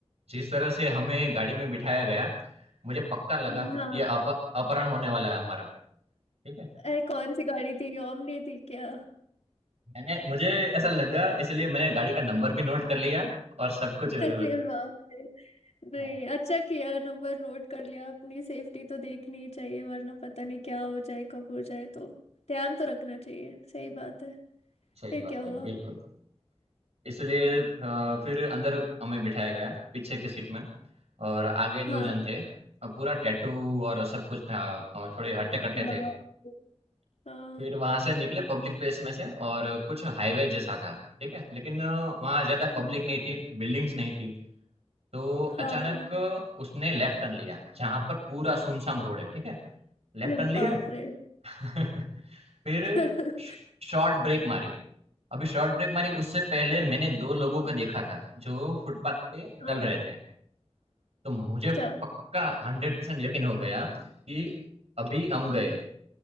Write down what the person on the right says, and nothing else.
जिस तरह से हमें गाड़ी में बिठाया गया मुझे पक्का लगा
ये अप, अपहरण होने वाला है हमारा ठीक है
मैंने मुझे ऐसा लगा इसलिए मैंने गाड़ी का नंबर भी नोट कर लिया और सब कुछ
अ,
हाँ
सही
बात
है बिल्कुल इसलिए अ, फिर अंदर हमें बिठाया गया पीछे की सीट में और आगे
दो जन थे अ, पूरा टैटू और सब कुछ था और थोड़े हट्टे कट्टे
थे
फिर वहां से निकले पब्लिक प्लेस में से और कुछ हाईवे जैसा था ठीक है लेकिन वहां ज्यादा पब्लिक
नहीं थी बिल्डिंग्स नहीं थी तो
अचानक उसने लेफ्ट टर्न लिया जहां पर पूरा सुमसाम रोड है ठीक है लेफ्ट
टर्न
लिया
<laughs> फिर
शॉर्ट ब्रेक मारी अभी शॉर्ट ब्रेक मारी उससे पहले मैंने दो लोगों को देखा था जो फुटपाथ पे
चल रहे थे तो मुझे
पक्का हंड्रेड परसेंट यकीन हो गया कि अभी हम गए